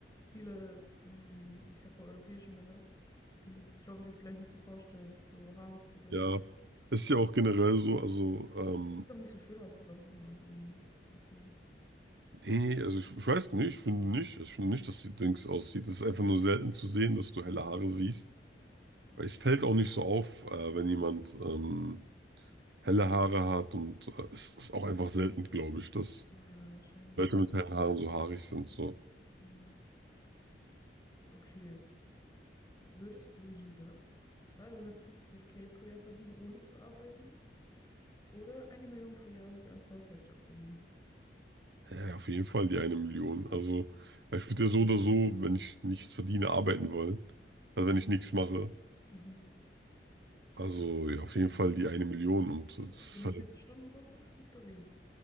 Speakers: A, on the left (about 20°); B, on the right (about 70°).
A: viele, mm, ich sag mal, europäische Männer können sich das, glaube ich, auch vielleicht nicht so vorstellen, so haarig zu sein.
B: Ja. Ist ja auch generell so, also ähm,
A: Ist Doch nicht so schön aus mit blonden Haaren irgendwie. Ist ein bisschen.
B: Nee, also ich, ich weiß nicht, ich finde nicht, Also ich finde nicht, dass die Dings aussieht. Es ist einfach nur selten zu sehen, dass du helle Haare siehst. Weil es fällt auch nicht so auf, äh, wenn jemand ähm, helle Haare hat und äh, es ist auch einfach selten, glaube ich, dass
A: Ja, wahrscheinlich.
B: Leute mit hellen Haaren so haarig sind. So,
A: Ja. Okay. Würdest du lieber 250k pro Jahr verdienen, ohne zu arbeiten, oder eine Million pro Jahr mit einem Vollzeitjob verdienen?
B: ja, ja, auf jeden Fall die eine Million. Also ich würde ja so oder so, wenn ich nichts verdiene, arbeiten wollen. Also wenn ich nichts mache.
A: Mhm.
B: Also ja, auf jeden Fall die eine Million und äh,
A: Ja,
B: das
A: für so eine 40-Stunden-Woche
B: ist halt,
A: schon stabil.